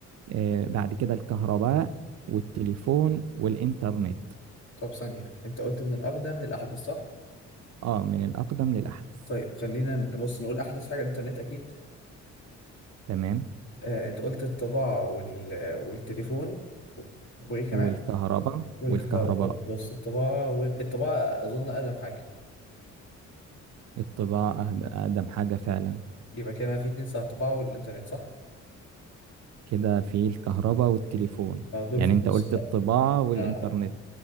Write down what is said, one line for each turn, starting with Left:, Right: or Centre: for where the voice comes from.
Right: آه، بعد كده الكهرباء والتليفون والإنترنت
Left: طب ثانيه انت قلت من الاقدم للاحدث صح
Right: آه من الأقدم للأحدث
Left: طيب خلينا نبص نقول احدث حاجه الانترنت اكيد
Right: تمام
Left: آه انت قلت الطباعه وال... والتليفون و- وايه كمان
Right: والكهرباء
Left: والكهرباء
Right: والكهرباء
Left: طب بص الطباعه وال... الطباعه اظن اقدم حاجه
Right: الطباعة أهد- أقدم حاجة فعلا
Left: يبقى كده في اتنين صح الطباعه والانترنت صح
Right: كده في الكهرباء والتليفون
Left: آه دول
Right: يعني
Left: في النص
Right: انت قلت
Left: بقى.
Right: الطباعة والإنترنت
Left: آه آه.